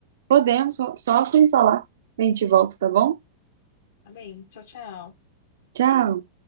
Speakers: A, on the right; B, on the left.
A: Podemos, só, só sem falar. A gente volta, tá bom?
B: Tá bem? Tchau, tchau.
A: Tchau.